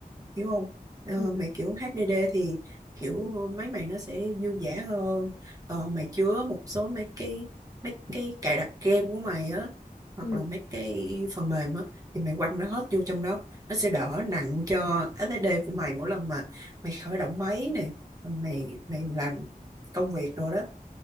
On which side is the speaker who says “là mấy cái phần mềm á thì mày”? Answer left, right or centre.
Right